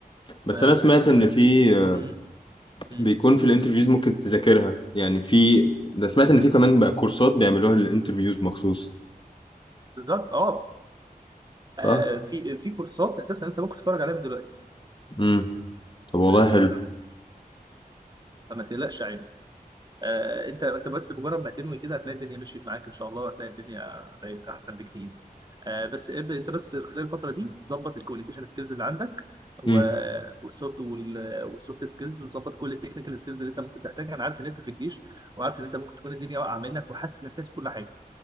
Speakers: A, on the left; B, on the right.
A: بس
B: ف
A: انا سمعت ان في آه،
B: م- م-
A: بيكون في الانترفيوز ممكن تذاكرها يعني في ده سمعت ان في كمان بقى كورسات بيعملوها للانترفيوز مخصوص
B: بالظبط اه
A: صح
B: آه، في في كورسات اساسا انت ممكن تتفرج عليها من دلوقتي
A: امم طب والله
B: آه،
A: حلو
B: فما فما تقلقش آه، انت انت بس بمجرد ما تنوي كده هتلاقي الدنيا مشيت معاك ان شاء الله وهتلاقي الدنيا بقت احسن بكتير آه، بس ابدا انت بس خلال الفتره دي ظبط الكوميونيكيشن سكيلز اللي عندك والسوفت
A: امم
B: والسوفت سكيلز وظبط كل التكنيكال سكيلز اللي انت ممكن تحتاجها انا عارف ان انت في الجيش وعارف ان انت ممكن تكون الدنيا واقعه منك وحاسس انك ناسي كل حاجه